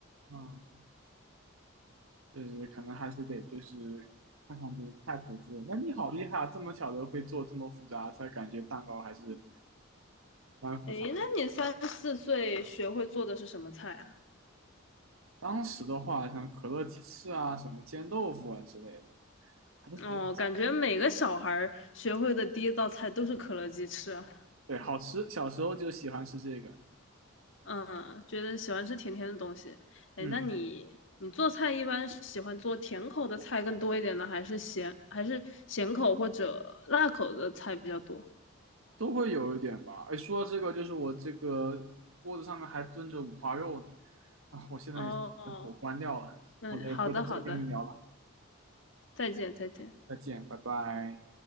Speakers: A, on the right (about 80°); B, on the left (about 60°).
A: 嗯，就是可能还是得就是看看这个菜谱之类的。那你好厉害啊，这么小的会做这么复杂，才感觉蛋糕还是蛮复杂。
B: 哎，那你三四岁学会做的是什么菜啊？
A: 当时的话，像可乐鸡翅啊、什么煎豆腐啊之类的，还是比较，
B: 哦，感觉每个小孩学会的第一道菜都是可乐鸡翅啊。
A: 对，好吃。小时候就喜欢吃这个，
B: 嗯，觉得喜欢吃甜甜的东西。哎，
A: 嗯，
B: 那你你做菜一般喜欢做甜口的菜更多一点呢，还是咸还是咸口或者辣口的菜比较多？
A: 都会有一点吧。哎，说到这个，就是我这个锅子上面还炖着五花肉呢，啊，我现在也给火关掉了，
B: 哦，嗯，
A: 我得回头再跟你聊了，
B: 好的，好的，再见，再见。
A: 再见，拜拜。